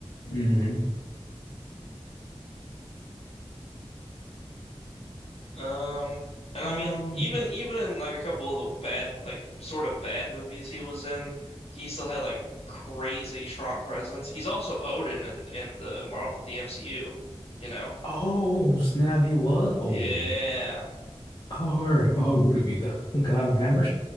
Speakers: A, on the left; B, on the left.
A: hmm
B: Um, and
A: Um.
B: I mean, even even in like a couple of the bad, like sort of bad movies he was in, he still had like crazy strong presence. He's also Odin in in the Mar the MCU, you know?
A: Oh, snap. He was Odin.
B: Yeah,
A: Oh, or- oh, would it be the <laughs> God of Hammers?